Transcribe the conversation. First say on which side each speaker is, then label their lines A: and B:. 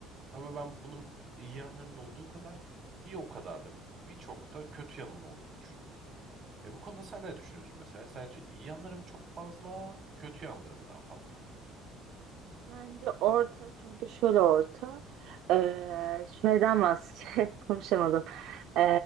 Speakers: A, on the right; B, on the right.
A: Ama ben bunun iyi yanlarının olduğu kadar bir o kadar da birçok da kötü yanının olduğunu düşünüyorum. E bu konuda sen ne düşünüyorsun mesela? Sence iyi yanları mı çok fazla, kötü yanları mı daha fazla?
B: Bence orta çünkü şöyle orta Ee, şeyden bahsedeceğim <laughs> konuşamadım Ee,